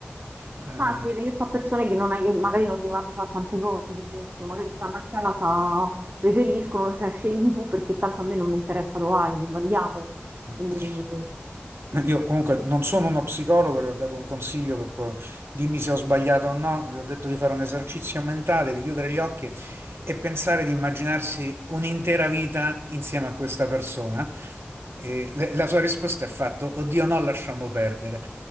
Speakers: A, on the right; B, on the right.
A: eh,
B: Ma si vede che sono persone che, non hai- che magari non devono fare tante cose, per esempio, magari stanno a casa, preferiscono, cioè scegli tu perché tanto a me non mi interessa Hawaii, andiamo.
A: eh,
B: Quindi,
A: Io comunque non sono uno psicologo, le ho dato un consiglio per poi- dimmi se ho sbagliato o no, le ho detto di fare un esercizio mentale, di chiudere gli occhi e pensare di immaginarsi un'intera vita insieme a questa persona. E le- la sua risposta è fatto, oddio no, lasciamo perdere.